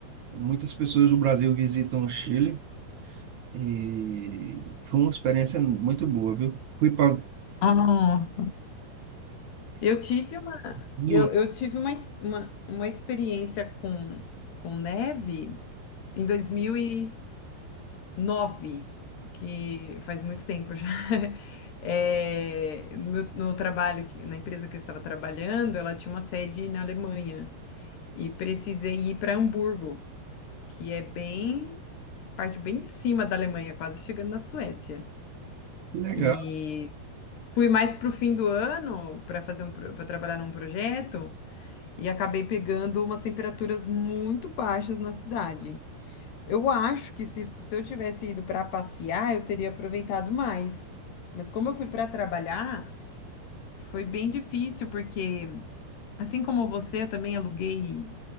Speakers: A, on the right (about 55°); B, on the left (about 70°).
A: Muitas pessoas do Brasil visitam o Chile, e foi uma experiência muito boa, viu? Fui para
B: Ah, eu tive uma,
A: Rio,
B: eu, eu tive uma, uma, uma experiência com, com neve em dois mil e nove, que faz muito tempo já. <laughs> É, no, meu- no trabalho, que- na empresa que eu estava trabalhando, ela tinha uma sede na Alemanha e precisei ir para Hamburgo, que é bem, parte bem em cima da Alemanha, quase chegando na Suécia.
A: que legal.
B: E fui mais para o fim do ano para fazer um, para trabalhar num projeto e acabei pegando umas temperaturas muito baixas na cidade. Eu acho que se, se eu tivesse ido para passear, eu teria aproveitado mais. Mas como eu fui para trabalhar, foi bem difícil, porque assim como você, eu também aluguei